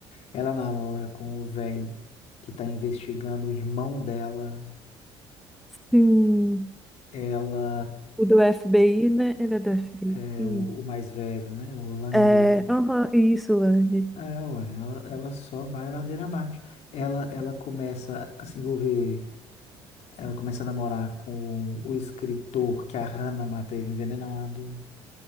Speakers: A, on the left; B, in the centre.
A: Ela namora com o véi que tá investigando o irmão dela.
B: sim.
A: Ela
B: O do FBI, né? Ele é do FBI.
A: é o, o mais velho, né? O Landy.
B: É, aham, isso, Lani.
A: É, ué, ela, ela só vai ladeira abaixo. Ela, ela começa a se envolver, ela começa a namorar com o escritor que a Hannah mata ele envenenado.